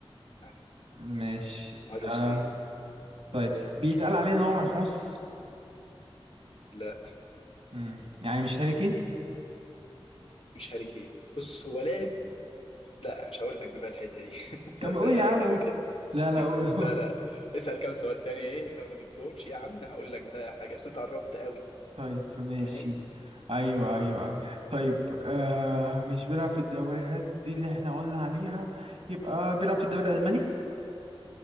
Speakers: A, on the left; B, on the right.
A: يعني
B: ماشي
A: مهاجم
B: آه
A: صريح
B: طيب بيتقال عليه ان هو منحوس
A: لا
B: امم يعني مش هاري كين
A: مش هاري كين بص هو لاعب لا مش هقول لك بقى الحتة دي <laughs>
B: طب
A: أسهلها
B: ما قول يا عم
A: لك أوي كده
B: لا لا قول
A: لا
B: قول <laughs>
A: لا اسأل كام سؤال تاني إيه لو ما جبتهمش يا عم هقول لك بقى حاجة بس أنت قربت أوي
B: طيب ماشي
A: فاهم
B: ايوه ايوه ايوه طيب آه مش بيلعب في الدوريات دي اللي احنا قلنا عليها يبقى بيلعب في الدوري الالماني